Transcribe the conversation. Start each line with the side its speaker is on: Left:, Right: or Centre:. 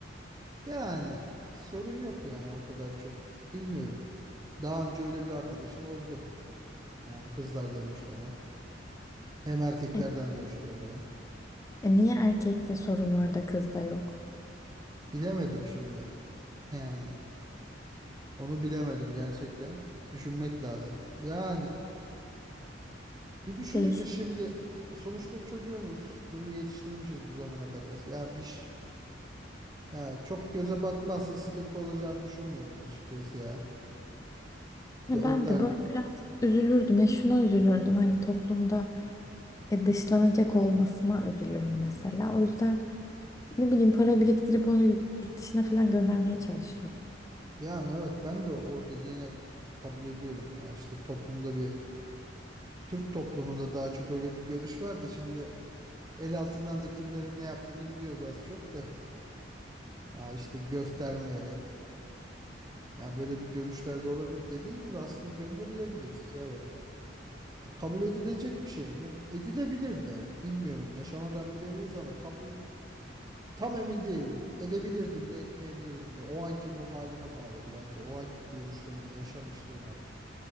Right: Yani sorun yok ya o kadar çok. Bilmiyorum. Daha önce öyle bir arkadaşım oldu. Yani kızlardan hoşlanan. Hem erkeklerden
Left: E,
Right: de hoşlanıyor.
Left: e niye erkekte sorun var da kızda yok?
Right: Bilemedim şimdi. <laughs> Yani onu bilemedim gerçekten. Düşünmek lazım. Yani Bir düşününce
Left: Değişik.
Right: şimdi sonuçta çocuğumuz bunu yetiştirmişiz bu zamana kadar. Ya bir ş- ya çok göze batmazsa sıkıntı olacağını düşünmüyorum açıkçası ya.
Left: Ya
Right: Ya o
Left: Ben
Right: da
Left: de böyle biraz üzülürdüm. Ya şuna üzülürdüm. Hani toplumda e, dışlanacak olmasına üzülürüm mesela. O yüzden ne bileyim para biriktirip onu yurt dışına falan göndermeye çalışırım.
Right: yani evet ben de o dediğine kabul ediyorum ya işte toplumda bir Türk toplumunda daha çok öyle bir görüş vardı. Şimdi el altından da kimlerin ne yaptığını biliyoruz az çok da. Ya işte göstermeyerek ya böyle bir görüşler de olabilir. Dediğin gibi aslında gönderilebilir. Evet. Ya kabul edilecek bir şey mi? Edilebilir de. Bilmiyorum. Yaşamadan bilemeyiz ama kabul tam emin değilim. Edebilirdim de etmeyebilirdim de. O anki ruh halime bağlı biraz da. O anki görüşlerime, yaşamışlığıma.